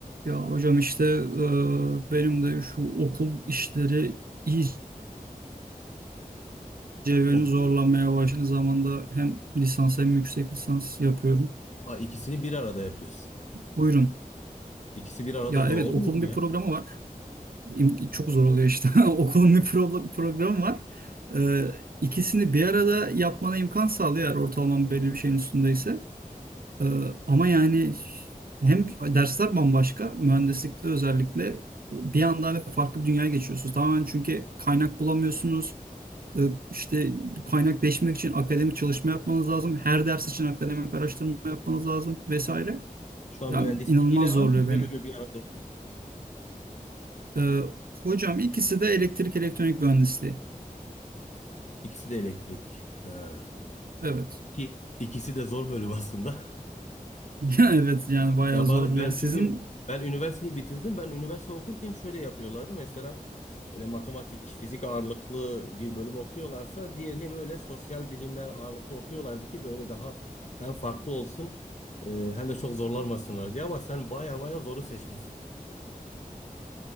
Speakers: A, on the right; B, on the left.
A: Ya hocam işte e, benim de şu okul işleri iyice beni
B: Okul,
A: zorlamaya başladı. Zamanda hem lisans hem yüksek lisans yapıyorum.
B: ha, ikisini bir arada yapıyorsun.
A: Buyurun.
B: İkisi bir arada
A: Ya
B: zor
A: evet
B: olmuyor
A: okulun
B: mu
A: bir
B: ya?
A: programı var. İm- Çok zor oluyor işte. <laughs> Okulun bir pro- programı var. E, ikisini bir arada yapmana imkan sağlıyor eğer ortalaman belli bir şeyin üstündeyse. E, ama yani hem dersler bambaşka. Mühendislikte özellikle bir anda hani farklı bir dünyaya geçiyorsunuz. Tamamen çünkü kaynak bulamıyorsunuz. E, işte kaynakleşmek için akademik çalışma yapmanız lazım. Her ders için akademik araştırma yapmanız lazım vesaire.
B: Şu an
A: Ya
B: mühendislik
A: inanılmaz
B: ile hangi
A: zorluyor beni.
B: bölümü bir arada okuyorsun?
A: E, hocam ikisi de elektrik elektronik mühendisliği.
B: İkisi de elektrik. Ha.
A: Evet.
B: İki, ikisi de zor bölüm aslında. <laughs>
A: <laughs> Evet yani bayağı
B: Ya
A: zorluyor.
B: ba- ben
A: Sizin
B: çünkü ben üniversiteyi bitirdim. Ben üniversite okurken şöyle yapıyorlardı. Mesela böyle matematik, fizik ağırlıklı bir bölüm okuyorlarsa diğerini böyle sosyal bilimler ağırlıklı okuyorlardı ki böyle daha hem farklı olsun e, hem de çok zorlanmasınlar diye. Ama sen baya baya zoru seçmişsin.